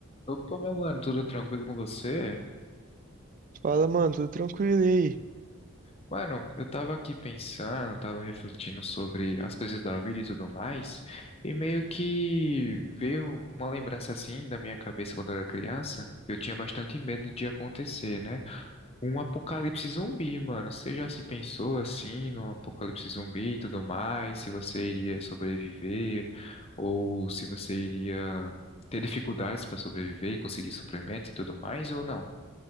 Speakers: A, on the left (about 30°); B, on the right (about 40°).
A: Opa, meu mano, tudo tranquilo com você?
B: Fala, mano, tudo tranquilo e aí?
A: Mano, eu tava aqui pensando, tava refletindo sobre as coisas da vida e tudo mais, e meio que veio uma lembrança assim da minha cabeça quando eu era criança, que eu tinha bastante medo de acontecer, né? Um apocalipse zumbi, mano. Você já se pensou assim no apocalipse zumbi e tudo mais? Se você iria sobreviver ou se você iria ter dificuldades para sobreviver e conseguir suprimentos e tudo mais ou não?